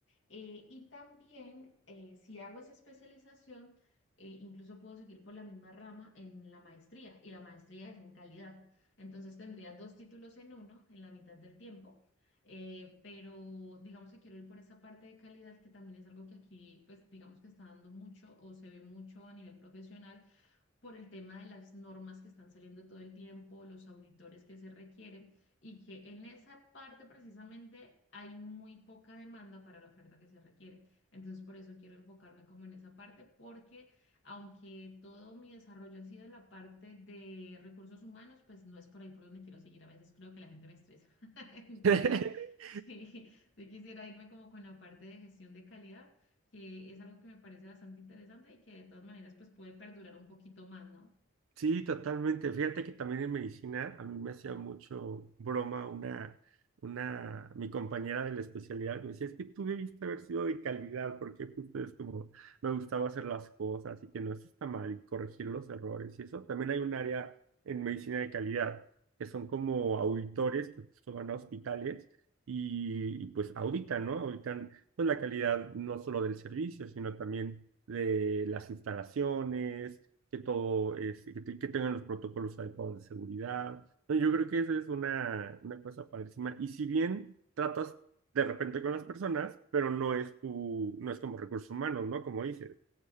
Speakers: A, on the left (about 65°); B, on the right (about 85°).
A: eh, y también, eh, si hago esa especialización, eh, incluso puedo seguir por la misma rama en la maestría, y la maestría es en calidad. Entonces tendría dos títulos en uno, en la mitad del tiempo. eh, pero digamos que quiero ir por esa parte de calidad, que también es algo que aquí, pues digamos que está dando mucho o se ve mucho a nivel profesional por el tema de las normas que están saliendo todo el tiempo, los auditores que se requieren y que en esa parte precisamente hay muy poca demanda para la oferta que se requiere. Entonces, por eso quiero enfocarme como en esa parte, porque aunque todo mi desarrollo ha sido en la parte de recursos humanos, pues no es por ahí por donde quiero seguir. A veces creo que la gente me estresa. <laughs> Entonces,
B: <laughs>
A: sí, sí quisiera irme como con la parte de gestión de calidad que es algo que me parece bastante interesante y que de todas maneras pues puede perdurar un poquito más, ¿no?
B: Sí, totalmente. Fíjate que también en medicina a mí me hacía mucho broma una, una, mi compañera de la especialidad me decía, es que tú debiste haber sido de calidad porque justo es como me gustaba hacer las cosas y que no, eso está mal y corregir los errores y eso. También hay un área en medicina de calidad que son como auditores que justo van a hospitales y, y pues auditan, ¿no? Auditan pues la calidad no solo del servicio, sino también de las instalaciones que todo, es, que, te- que tengan los protocolos adecuados de seguridad. Entonces, yo creo que esa es una, una cosa padrísima. Y si bien tratas de repente con las personas, pero no es tu, no es como recursos humanos, ¿no? Como dices.